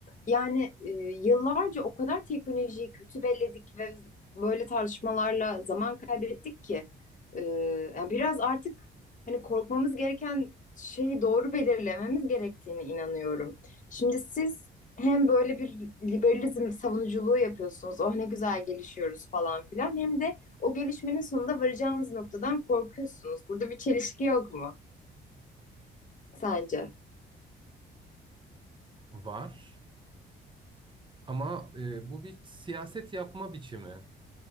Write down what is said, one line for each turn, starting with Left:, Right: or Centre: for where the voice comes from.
Left: yani e, yıllarca o kadar teknolojiyi kötü belledik ve böyle tartışmalarla zaman kaybettik ki e, yani biraz artık hani korkmamız gereken şeyi doğru belirlememiz gerektiğine inanıyorum. Şimdi siz hem böyle bir liberalizm savunuculuğu yapıyorsunuz. Oh ne güzel gelişiyoruz falan filan. Hem de o gelişmenin sonunda varacağınız noktadan korkuyorsunuz. Burada bir çelişki yok mu sence?
Right: Var ama e, bu bir siyaset yapma biçimi.